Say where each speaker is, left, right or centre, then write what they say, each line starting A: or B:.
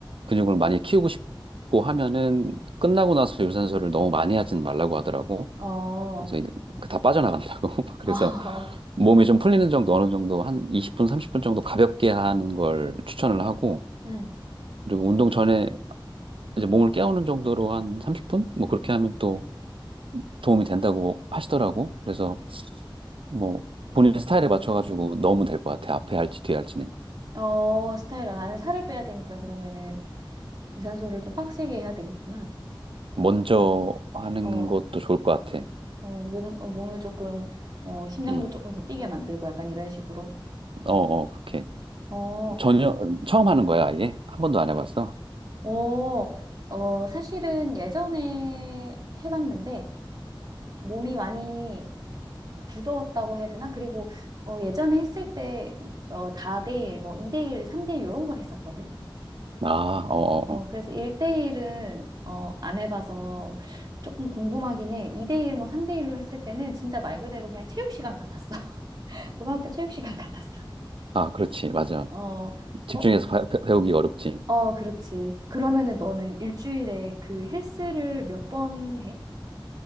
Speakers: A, on the right (about 80°); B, on the right (about 45°).
A: 근육을 많이 키우고 싶고 하면은 끝나고 나서 유산소를 너무 많이 하진 말라고 하더라고.
B: 어.
A: 그래서 이제 그다 빠져나간다고. <laughs> 그래서
B: <laughs> 어.
A: 몸이 좀 풀리는 정도 어느 정도 한 20분, 30분 정도 가볍게 하는 걸 추천을 하고,
B: 음.
A: 그리고 운동 전에 이제 몸을 깨우는 정도로 한 30분? 뭐 그렇게 하면 또 도움이 된다고 하시더라고. 그래서 뭐 본인 스타일에 맞춰가지고 넣으면 될 것 같아. 앞에 할지 뒤에 할지는.
B: 어, 스타일러 나는 살을 빼야 되니까 그러면은 유산소를 좀 빡세게 해야 되겠구나.
A: 먼저 하는
B: 어.
A: 것도 좋을 것 같아.
B: 어, 몸, 어, 몸을 조금 어, 심장도
A: 응.
B: 조금 더 뛰게 만들고 약간 이런 식으로.
A: 어, 어, 그렇게.
B: 어,
A: 전혀 처음 하는 거야, 아예? 한 번도 안 해봤어?
B: 어, 어, 사실은 예전에 해봤는데 몸이 많이 굳었다고 해야 되나? 그리고 어, 예전에 했을 때 뭐, 어, 다대일, 뭐 2대1, 3대1 이런 걸 했었거든.
A: 아, 어, 어,
B: 어,
A: 어.
B: 그래서 1대1은 어, 안 해봐서 조금 궁금하긴 해. 2대1, 뭐 3대1로 했을 때는 진짜 말 그대로 그냥 체육 시간 같았어. <laughs> 고등학교 체육 시간 같았어.
A: 아, 그렇지. 맞아.
B: 어,
A: 집중해서
B: 어,
A: 바- 배, 우기 어렵지.
B: 어, 그렇지. 그러면은 너는 일주일에 그 헬스를 몇 번 해?